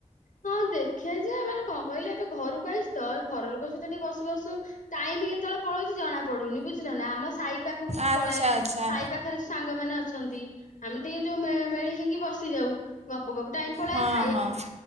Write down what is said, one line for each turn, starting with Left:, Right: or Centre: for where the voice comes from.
Left: ହଁ ଦେଖେ ଯେ ମାନେ କଣ କହିଲେ ଏବେ ଘରକୁ ଆଇଛି ତ ଘର ଲୋକଙ୍କ ସହିତ ଟିକେ ବସୁ ବସୁ ଟାଇମ କେତେବେଳେ ପଳଉଛି ଜଣା ପଡୁନି ବୁଝିଲ ନା ଆମ ସାହି ପାଖକୁ
Right: ଆଚ୍ଛା
Left: ପଳାଏ
Right: ଆଚ୍ଛା
Left: ସାଇ ପାଖରେ ସାଙ୍ଗମାନେ ଅଛନ୍ତି ଆମେ ଟି ଯୋଉ ମେ ମେଳି ହେଇକି ବସି ଯାଉ ଗପ୍ ଗପୁ ଗପୁ ଟାଇମ୍ ପଳାଏ
Right: ହଁ
Left: ଖାଇଆ
Right: ହଁ